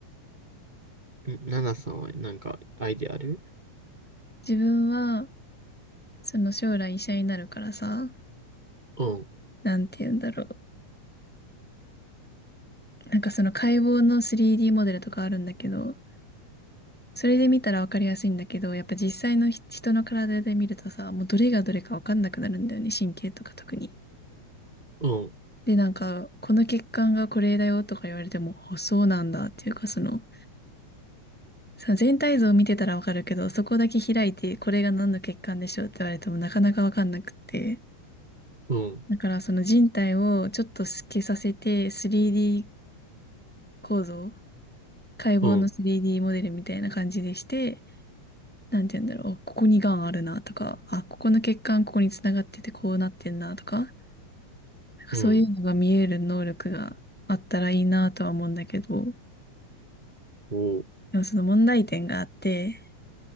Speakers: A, on the right; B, in the centre.
A: んナナさんはなんかアイデアある
B: 自分は、その将来医者になるからさ、
A: うん、
B: なんて言うんだろう。なんかその解剖の 3D モデルとかあるんだけど、それで見たらわかりやすいんだけど、やっぱ実際のひ人の体で見るとさ、もうどれがどれかわかんなくなるんだよね、神経とか特に。
A: うん、
B: で、なんか、この血管がこれだよとか言われても、あそうなんだっていうか、その、さ、全体像を見てたらわかるけど、そこだけ開いて、これが何の血管でしょうって言われてもなかなかわかんなくって。
A: うん、
B: だからその人体をちょっと透けさせて、3D 構造、解剖の
A: うん、
B: 3D モデルみたいな感じでして、なんて言うんだろう、ここに癌あるなとか、あ、ここの血管ここに繋がっててこうなってんなとか、なんかそういうのが見える能力があったらいいなとは思うんだけど、
A: うん。おー
B: でもその問題点があって、